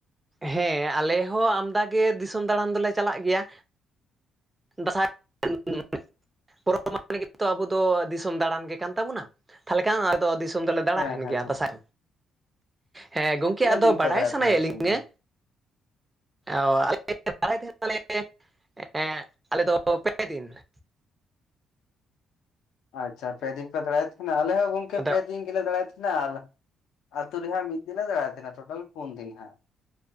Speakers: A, on the right (about 15°); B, on the left (about 85°).
A: ᱦᱮᱸ ᱟᱞᱮ ᱦᱚᱸ ᱟᱢᱫᱟ ᱜᱮ ᱫᱤᱥᱚᱢ ᱫᱟᱬᱟᱱ ᱫᱚᱞᱮ ᱪᱟᱞᱟᱜ ᱜᱮᱭᱟ ᱫᱟᱸᱥᱟᱭ <unintelligible> ᱯᱚᱨᱚᱵᱽ <unintelligible> ᱟᱵᱚ ᱫᱚ ᱫᱤᱥᱚᱢ ᱫᱟᱬᱟᱱ ᱜᱮ ᱠᱟᱱ ᱛᱟᱵᱚᱱᱟ ᱛᱟᱦᱚᱞᱮ ᱠᱷᱟᱱ ᱫᱤᱥᱚᱢ ᱫᱤᱥᱚᱢ ᱫᱚᱞᱮ ᱫᱟᱬᱟᱭ
B: ᱦᱮᱸ
A: ᱛᱟᱦᱮᱱ
B: ᱦᱮᱸ
A: ᱜᱮᱭᱟ
B: ᱦᱮᱸ
A: ᱫᱟᱸᱥᱟᱭ ᱦᱮᱸ ᱜᱚᱝᱠᱮ
B: ᱛᱤᱱᱟᱹᱜ
A: ᱟᱫᱚ
B: ᱫᱤᱱ
A: ᱵᱟᱲᱟᱭ
B: ᱯᱮ ᱫᱟᱬᱟᱭ
A: ᱥᱟᱱᱟᱭᱮᱫ
B: ᱛᱟᱦᱮᱸᱱᱟ ᱫᱤᱥᱚᱢ
A: ᱞᱤᱧᱟ
B: ᱫᱚ
A: ᱚᱻ ᱟᱞᱮ ᱵᱟᱲᱟᱭ ᱛᱟᱦᱮᱱᱟ ᱞᱮ ᱟᱞᱮᱫ ᱫᱚ ᱯᱮ ᱫᱤᱱ ᱾
B: ᱟᱪᱪᱷᱟ ᱾ ᱯᱮ ᱫᱤᱱ ᱯᱮ ᱫᱟᱲᱟᱭᱮᱫ ᱛᱟᱦᱮᱱᱟ ᱾ ᱟᱞᱮ ᱦᱚᱸ ᱜᱚᱝᱠᱮ
A: ᱫᱟᱬᱟᱱᱟ
B: ᱯᱮ ᱫᱤᱱ ᱾ ᱫᱟᱲᱟᱭᱮᱫ ᱛᱟᱦᱮᱱᱟ ᱟᱨ ᱟᱛᱩ ᱨᱮ ᱦᱟᱸᱜ ᱢᱤᱫ ᱫᱤᱱ ᱞᱮ ᱫᱟᱲᱟᱭᱮᱫ ᱛᱟᱦᱮᱱ ᱦᱟᱸᱜ ᱴᱳᱴᱟᱞ ᱯᱩᱱ ᱫᱤᱱ ᱦᱟᱸᱜ ᱾